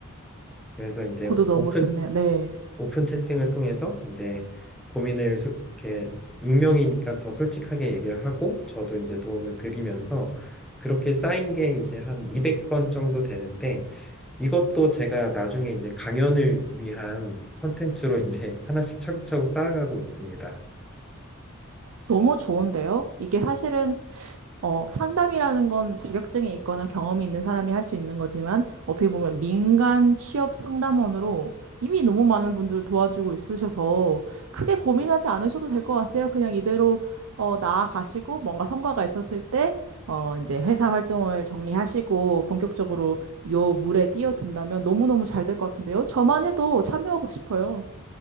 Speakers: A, in the centre; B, on the right.
A: 그래서 이제
B: 그것도 너무
A: 오픈
B: 좋네요. 네.
A: 오픈 채팅을 통해서 이제 고민을 소- 이렇게 익명이니까 더 솔직하게 얘기를 하고 저도 이제 도움을 드리면서 그렇게 쌓인 게 이제 한 200건 정도 되는데 이것도 제가 나중에 이제 강연을 위한 컨텐츠로 <laughs> 이제 하나씩 차곡차곡 쌓아가고 있습니다.
B: 너무 좋은데요? 이게 사실은 어, 상담이라는 건 자격증이 있거나 경험이 있는 사람이 할 수 있는 거지만 어떻게 보면 민간 취업 상담원으로 이미 너무 많은 분들을 도와주고 있으셔서 크게 고민하지 않으셔도 될 것 같아요. 그냥 이대로 어, 나아가시고 뭔가 성과가 있었을 때 어, 이제 회사 활동을 정리하시고 본격적으로 요 물에 뛰어든다면 너무너무 잘 될 것 같은데요? 저만 해도 참여하고 싶어요.